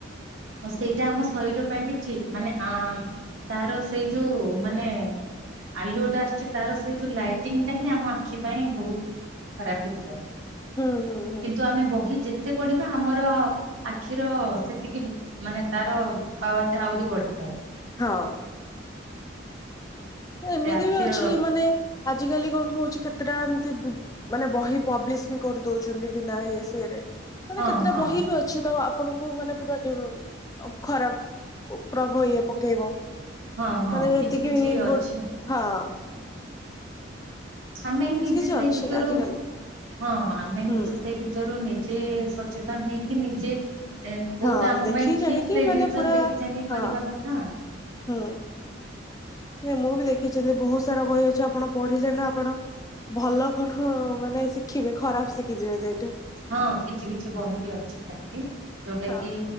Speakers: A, on the right (about 80°); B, on the left (about 20°).
A: ଆଉ ସେଇଟା ଆମ ଶରୀର ପାଇଁ ବି ଠିକ ମାନେ ଆ ତାର ସେଇ ଯୋଉ ମାନେ ଆଲୁଅଟା ଆସୁଛି ତାର ସେଇ ଯୋଉ ଲାଇଟିଙ୍ଗଟା ହିଁ ଆମ ଆଖି ପାଇଁ ବହୁତ ଖରାପ ହେଇଥାଏ
B: ହୁଁ ହୁଁ ହୁଁ
A: କିନ୍ତୁ ଆମେ ବହି ଯେତେ ପଢିବା ଆମର ଆଖିର ସେତିକି ବୁ ମାନେ ତାର ପାୱାର ଟା ଆହୁରି ବଢିଥାଏ।
B: ହଁ <inaudible> ଏମିତି
A: ସେ ଆଖିର
B: ବି ଅଛି ମାନେ ଆଜିକାଲି କଣ ହଉଛି କେତେଟା ଏମିତି ମାନେ ବହି ପବ୍ଲିଶ ବି କରି ଦଉଛନ୍ତି ବିନା ଇଏ ସିଏରେ ମାନେ
A: ହଁ
B: କେତେଟା
A: ହଁ
B: ବହି ବି ଅଛି ତ ଆ ଆପଣଙ୍କୁ ମାନେ ପୁରା <inaudible> ଖରାପ ପ୍ରଭାବ ଇଏ ପକେଇବ
A: ହଁ ହଁ
B: ମାନେ ଯେତିକି
A: କିଛି କିଛି ଅଛି
B: ଗୁଡ୍ ହଁ
A: ଆମେ ହିଁ
B: କିଛି
A: ନିଜେ
B: କିଛି
A: ସେଇ
B: ଅଛି
A: ଭିତରୁ
B: ଆଜିକାଲି
A: ହଁ ଆମେ
B: ହୁଁ
A: ନିଜେ ସେଇ ତରୁ ନିଜେ ସଚେତନ ହେଇକି ନିଜେ ଏ କୋଉଟା
B: ହଁ
A: ଆମ
B: ଦେଖି
A: ପାଇଁ
B: ଚାହିଁକି
A: ଠିକ ସେଇ
B: ମାନେ
A: ଜିନିଷ
B: ପୁରା
A: ଦେଖି ଚାହିଁକି
B: ହଁ
A: କରିବା କଥା ଆ
B: ହୁଁ ନାଇଁ ମୁଁ ବି ଦେଖିଛି ଏବେ ବହୁତ ସାରା ବହି ଅଛି ଆପଣ ପଢିଲେ ନା ଆପଣ ଭଲ କଣ ମାନେ ଶିଖିବେ ଖରାପ ଶିଖିଯିବେ ସେଇଠୁ
A: ହଁ, କିଛି -କିଛି ବହି ବି ଅଛି ସେମିତି ଯୋଉଟା
B: ହଁ।
A: କି